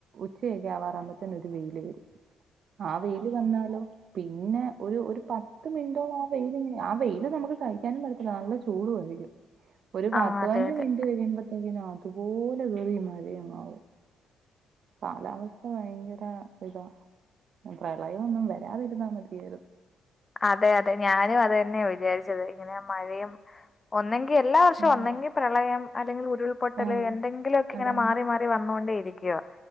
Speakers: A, on the right; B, on the left.
A: ഉച്ചയാക്കെ വാറുമ്പോത്തന്നെ ഒരു വെയിയില് വരും ആ വെയില് വന്നാലോ പിന്നെ ഒരു ഒരു പത്ത് മിനിറ്റോളം വെയില് ആ വെയില് നമുക്ക് സഹിക്കാനും പറ്റത്തില്ല നല്ല ചൂടു ആയിരിക്കുംഒരു
B: ആ
A: പത്തു
B: അതെ
A: പതിനഞ്ചു
B: അതെ
A: മിനുട്ട് ഉച്ചരിമ്പത്തേക്കും അതുപോലെ വേറേം മഴയമാവും കാലാവസ്ഥ ഭയങ്കര ഇതാ പ്രളയം ഒന്നും വരാതിരുന്നാ മതിയായിരുന്നു
B: അതെ അതെ ഞാനും അത് തന്നെയാ വിചാരിച്ചത് ഇങ്ങനെ മഴയും ഒന്നെങ്കി എല്ലാ വർഷവും
A: ഉം.
B: ഒന്നെങ്കി പ്രളയം അല്ലെങ്കിൽ ഉരുൾപൊട്ടൽ
A: ആ
B: എന്തെങ്കിലുക്കെ ഇങ്ങനെ
A: അതാണ്
B: മാറി മാറി വന്നൊണ്ടേ ഇരിക്ക